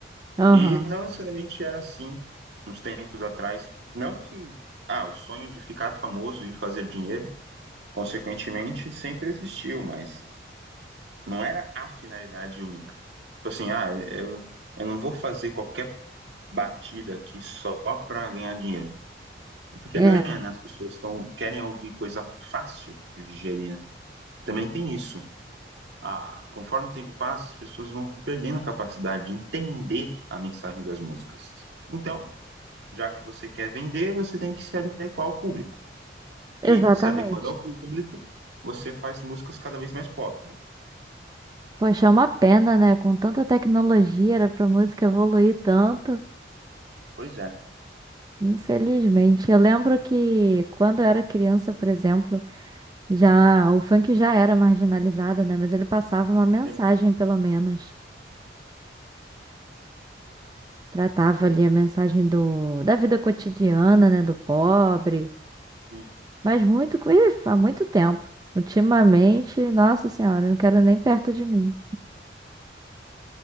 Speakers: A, on the right; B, on the right.
A: Aham,
B: E não necessariamente era assim uns tempos atrás. Não que ah, o sonho de ficar famoso e fazer dinheiro, consequentemente, sempre existiu, mas Não era a finalidade única. Tipo assim, ah, eu, eu não vou fazer qualquer batida aqui só para ganhar dinheiro. E porque
A: é,
B: ganha, né? As pessoas tão, querem ouvir coisa fácil de digerir, né? Também tem isso. Ah, conforme o tempo passa, as pessoas vão perdendo a capacidade de entender a mensagem das músicas. Então, já que você quer vender, você tem que se adequar ao público.
A: exatamente.
B: E, se adequando ao público, você faz músicas cada vez mais pobres.
A: Poxa, é uma pena, né? Com tanta tecnologia, era pra música evoluir tanto.
B: Pois é.
A: Infelizmente. Eu lembro que quando eu era criança, por exemplo, já o funk já era marginalizado, né? Mas ele passava uma mensagem,
B: Sim,
A: pelo menos. Tratava ali a mensagem do, da vida cotidiana, né? Do pobre
B: sim.
A: Mas muito, ih, há muito tempo. Ultimamente, nossa senhora, não quero nem perto de mim.